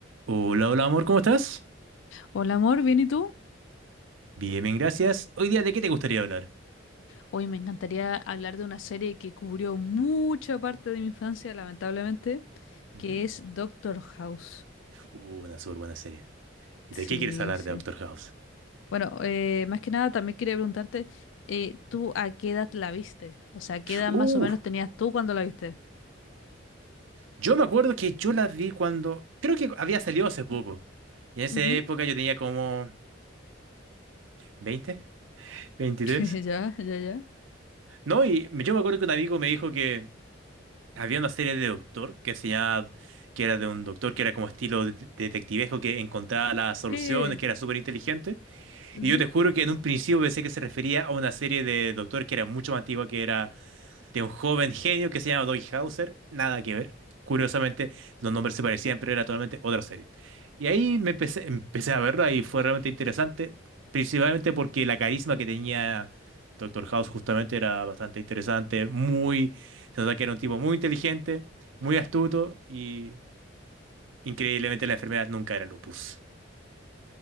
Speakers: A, on the right; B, on the left.
A: Hola, hola amor, ¿cómo estás?
B: Hola amor, ¿bien y tú?
A: Bien, bien, gracias. Hoy día, ¿de qué te gustaría hablar?
B: Hoy me encantaría hablar de una serie que cubrió mucha parte de mi infancia, lamentablemente,
A: Ujú.
B: que es Doctor House.
A: Uh, una súper buena serie. ¿Y
B: Sí,
A: de qué quieres hablar
B: sí.
A: de Doctor House?
B: Bueno, eh, más que nada también quería preguntarte, eh, ¿tú a qué edad la viste? O sea, ¿qué edad
A: Uh,
B: más o menos tenías tú cuando la viste?
A: yo me acuerdo que yo la vi cuando... Creo que había salido hace poco. Y en esa
B: Ujú.
A: época yo tenía como... 20, 23.
B: <laughs> Ya, ya, ya.
A: No, y yo me acuerdo que un amigo me dijo que había una serie de Doctor que se llamaba... que era de un doctor que era como estilo de- detectivesco que encontraba las soluciones,
B: Sí.
A: que era súper inteligente.
B: Ujú.
A: Y yo te juro que en un principio pensé que se refería a una serie de Doctor que era mucho más antigua, que era de un joven genio que se llama Doggy Hauser. Nada que ver. Curiosamente, los nombres se parecían, pero era totalmente otra serie. Y ahí me empecé, empecé a verla y fue realmente interesante, principalmente porque la carisma que tenía Doctor House justamente era bastante interesante, muy, se nota que era un tipo muy inteligente, muy astuto y increíblemente la enfermedad nunca era lupus.